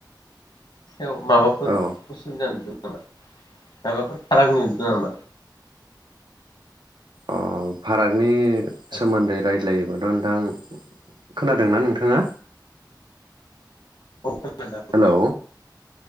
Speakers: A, on the left (about 70°); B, on the right (about 70°).
A: औ माबाफोर
B: औ
A: उसुबिदा नुदों। माबाफोर फाराग नुदों नामा?
B: अ फारागनि
A: औ
B: सोमोन्दै रायज्लायोमोन नोंथां खोनादोंना नोंथाङा
A: खोनादों
B: हेलौ